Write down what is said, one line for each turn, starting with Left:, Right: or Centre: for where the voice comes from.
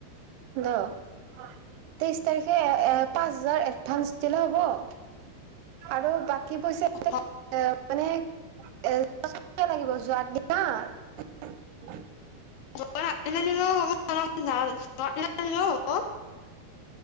Right: তেইশ তাৰিখে এ পাঁচ হাজাৰ এডভাঞ্চ দিলে হ'ব? আৰু বাকী পইচা
Left: <inaudible>
Right: এ মানে <unintelligible> লাগিব যোৱাৰ দিনা।
Left: যোৱাৰ আগদিনা দিলেও হ'ব <unintelligible> দিলেও হ'ব।